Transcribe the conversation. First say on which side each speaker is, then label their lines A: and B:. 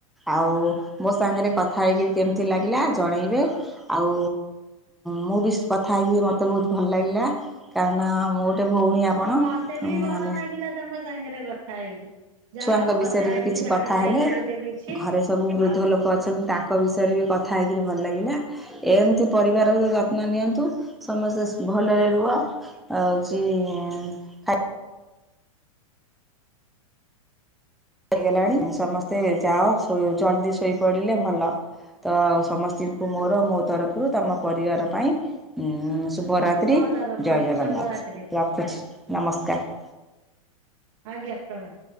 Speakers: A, in the centre; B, on the right (about 50°).
A: ଆଉ ମୋ ସାଙ୍ଗେରେ କଥା ହେଇକିରି କେମିତି ଲାଗିଲା ଜଣେଇବେ ଆଉ ମୁଁ ବି କଥା ହେଇକି ମତେ ବୋହୁତ୍ ଭଲ ଲାଗିଲା କାରଣ ମୋ ଗୋଟେ ଭଉଣୀ ଆପଣ
B: ହଁ ମତେ ବି ଭଲ
A: ଆମେ
B: ନାଗିଲା ତମ ସାଙ୍ଗେରେ କଥା ହେଇକି। ଯାହା
A: ଛୁଆଙ୍କ
B: ହଉ
A: ବିଷୟରେ
B: କଥା ହେଇକି
A: ବି କିଛି
B: ଜାଣିପାଇଲି
A: କଥା ହେଲେ।
B: ଗୋଟେ କିଛି
A: ଘରେ ସବୁ ବୃଦ୍ଧ
B: ଆଉ
A: ଲୋକ ଅଛନ୍ତି ତାଙ୍କ ବିଷୟରେ ବି କଥା ହେଇକିରି ଭଲ ଲାଗିଲା। ଏମିତି ପରିବାରର ଯତ୍ନ ନିଅନ୍ତୁ ସମସ୍ତେ ସ୍ ଭଲରେ ରୁହ ଆଉଚି ଖା ରିହେଲାଣି ସମସ୍ତେ ଯାଅ ସୋ ଜଲଦି ଶୋଇପଡିଲେ ଭଲ। ତ ଆଉ ସମସ୍ତିଙ୍କୁ ମୋର ମୋ ତରଫରୁ ତମ ପରିବାର ପାଇଁ ଉଁ ଶୁଭରାତ୍ରି
B: ମୋ ତରଫକୁ
A: ଜୟ ଜଗନ୍ନାଥ
B: ଶୁଭରାତ୍ରି।
A: ରଖୁଛି
B: ଯାଅ ଯାଅ
A: ନମସ୍କାର।
B: ଆଜ୍ଞା ପ୍ରଣାମ।